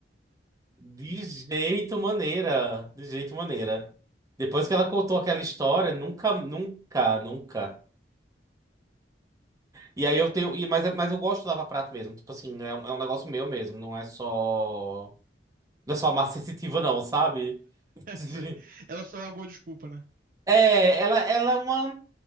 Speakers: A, on the right; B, on the right.
A: De jeito maneira. De jeito maneira. Depois que ela contou aquela história, nunca, nunca, nunca. E aí eu tenho. e- Mas, mas eu gosto do Lava Prato mesmo. Tipo assim, é um, é um negócio meu mesmo. Não é só. Não é só a massa sensitiva, não, sabe? <laughs>
B: Sim. Ela só é uma boa desculpa, né?
A: É, ela, ela é uma.